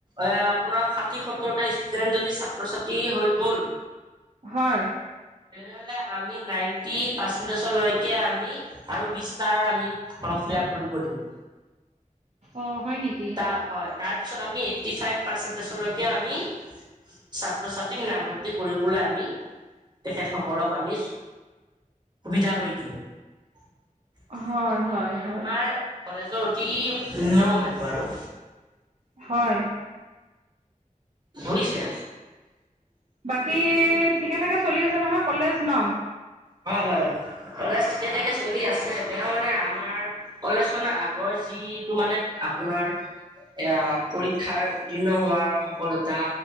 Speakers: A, on the right (about 30°); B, on the right (about 50°).
A: এ আপোনাৰ ষাঠি সত্তৰটা ষ্টুডেন্ট যদি ছাত্ৰ- ছাত্ৰী হৈ গ'ল
B: হয়।
A: তেনেহ'লে আমি নাইনটি পাৰ্চেন্টেজৰ লৈকে আমি আৰু বিছটাৰ আমি ফ্ৰম ফিলাপ কৰিব দিওঁ।
B: অ', হয় নিকি।
A: তাৰ হয়, তাৰ পিছত আমি এইট্টি ফাইভ পাৰ্চেন্টেজলৈকে আমি, ছাত্ৰ ছাত <unintelligible> নামভৰ্তি কৰিবলৈ আমি, তেখেতসকলক আমি সুবিধা কৰি দিওঁ, এইটো
B: হয় হয়
A: মানে
B: হয়
A: আমাৰ কলেজৰ অতি নিয়ম এইটো আৰু।
B: হয়।
A: বুইছে।
B: বাকী ঠিকে ঠাকে চলি আছে নহয় কলেজ ন।
A: হয়- হয়, কলেজ ঠিকে ঠিকে চলি আছে, তেওঁ মানে আমাৰ কলেজখনৰ আগৰ যিটো মানে আপোনাৰ এয়া পৰীক্ষাৰ উত্তীৰ্ণ হোৱাৰ সফলতা